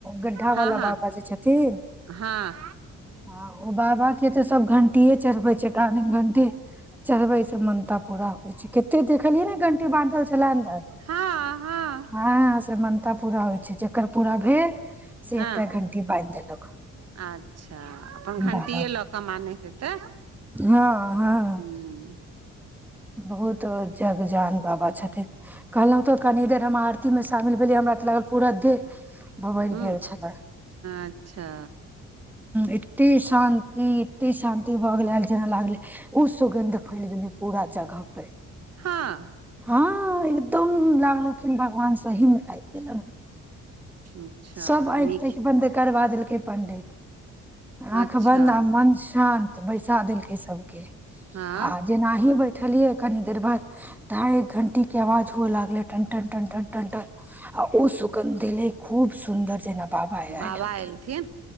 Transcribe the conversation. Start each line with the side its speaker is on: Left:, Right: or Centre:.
Centre: गड्ढा
Right: हँ
Centre: वाला
Right: हँ
Centre: बाबा जे छथिन
Right: हँ
Centre: हाँ ओ बाबा के तऽ सब घं टीए चढ़बै छै कहाँ दिन घणटी चढ़बैसे मनता पूरा होइ छै के कते देखलियै ने घंटी बान्हल छलै अन्दर छल
Right: हँ हँ
Centre: हँ से म ता पूरा होइ छै जकर पूरा भेल से
Right: हँ
Centre: एकटा घंटी बान्हि देलक
Right: अच्छा अपन घण्टीए
Centre: बाबा
Right: लऽ कऽ मानैके होतै
Centre: के। हँ हँ
Right: ह्म
Centre: बहुत जगजान बाबा छथिन कहलहुँ तऽ कनि देर हम आर ती मे शामिल भेलीयै हमरा तऽ लागल पूरा देह भभरि
Right: हूँ
Centre: गेल छलै
Right: अच्छा
Centre: इती शान्ति इति शान्ति भऽ गेलय जेना लागले उ सुगन्ध फैल गेलए पूरा जगह पे
Right: हँ
Centre: हँ एकदम लागलखिन भगवान सही मे आइब गेलाहन्
Right: अच्छा
Centre: सब आँखि
Right: नीक
Centre: ताँखि बन्द करबा देलकै पंडित आँख
Right: अच्छा
Centre: बन्द आ मन शान् त' बैसा देलकै सभके
Right: हँ
Centre: आ जेनाहि बै बैठलियै कनी देर बाद ढाई एक घंटीे के आवाज हुऐ लागलै टन टन टन टन टन आ उ सु गंध एलै खूब सुन्दर जेना आयल
Right: बाबा
Centre: होथिन
Right: अयलथिन